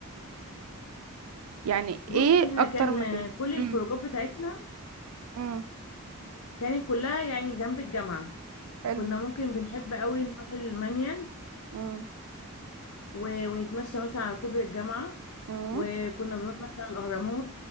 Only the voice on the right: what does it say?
يعني
ايه
اكتر
مكان
امم
امم
حلو
امم
امم